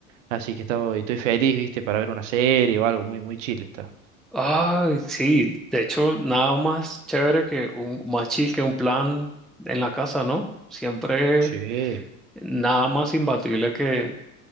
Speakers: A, on the right; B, in the centre.
A: así que estaba, estoy feliz, ¿viste? Para ver una serie o algo, muy, muy chill está.
B: Ay, sí. De hecho, nada más chévere que un más chill que un plan en la casa, ¿no? Siempre
A: Sí.
B: nada más imbatible que